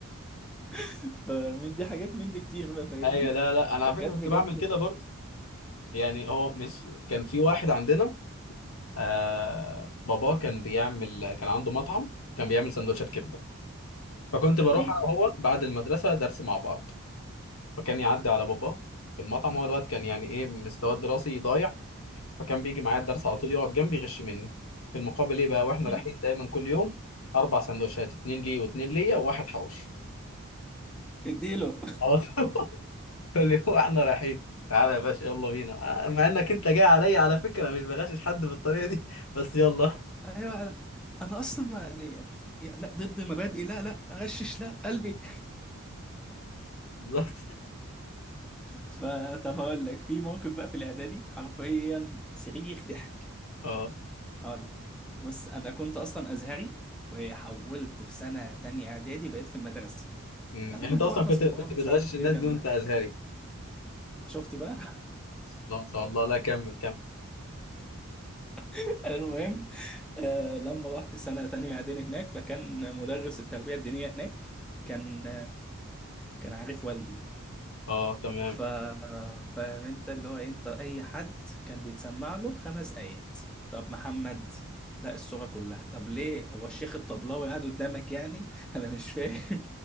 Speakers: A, in the centre; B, on the left.
A: <laughs> فمن دي حاجات من دي كتير بقى فاهمني
B: ايوه لا لا انا
A: فكانت
B: على فكره كنت
A: بجد
B: بعمل كده برضه يعني هو مش كان في واحد عندنا آه باباه كان بيعمل كان عنده مطعم كان بيعمل سندوتشات كبده فكنت بروح
A: مم.
B: انا وهو بعد المدرسه درس مع بعض فكان يعدي على باباه في المطعم هو الوقت كان يعني ايه مستواه الدراسي ضايع فكان بيجي معايا الدرس على طول يقعد جنبي يغش مني في المقابل ايه بقى واحنا
A: مم.
B: رايحين دايما كل يوم اربع سندوتشات اتنين ليه واتنين ليا وواحد حوشي
A: اديله
B: على طول اللي هو احنا رايحين تعالى يا باشا يلا بينا آه، مع انك انت جاي عليا على فكره مش بغشش حد بالطريقه دي بس يلا <laughs>
A: ايوه انا انا اصلا ما يعني يا- لا ضد مبادئي لا لا اغشش لا قلبي
B: بالظبط
A: فطب هقول لك في موقف بقى في الاعدادي حرفيا صريخ ضحك
B: اه
A: هقول لك بص انا كنت اصلا ازهري وحولت في سنه تانية اعدادي بقيت في المدرسه
B: أمم.
A: فكنت
B: يعني انت اصلا
A: بحفظ
B: كنت
A: قران
B: كنت
A: مش
B: بتغشش
A: عارف ايه
B: الناس
A: الكلام
B: دي وانت
A: ده
B: ازهري
A: شفت بقى
B: لا ما شاء الله لا كمل كمل
A: <laughs> المهم آه لما رحت سنه تانية اعدادي هناك فكان مدرس التربيه الدينيه هناك كان كان عارف والدي
B: اه تمام
A: ف فاهم انت اللي هو إيه، انت اي حد كان بيتسمع له خمس ايات طب محمد لا الصورة كلها طب ليه هو الشيخ الطبلاوي قاعد قدامك يعني <laughs> انا مش فاهم